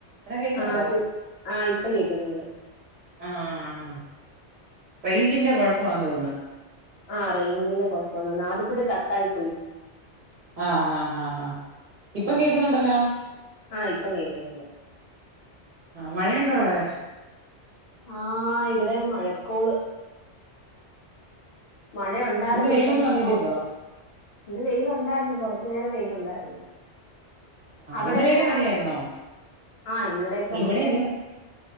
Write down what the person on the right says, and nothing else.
എടാ കേക്കുന്നുണ്ടോ
ആഹ് റേഞ്ചിന്റെ കുഴപ്പാന്ന് തോന്നുന്ന്
ആഹ് ആഹ് ആഹ് ഹാ ഇപ്പം
കേക്കുന്നുണ്ടല്ലോ
മഴയുണ്ട വിടെ
ഇന്ന് വെയിലൊന്നും
വന്നില്ല
ഇപ്പൊ
ആഹ്
ഇന്നലെയൊക്കെ മഴയായിരുന്നോ
ഇവിടെ
ഇന്ന്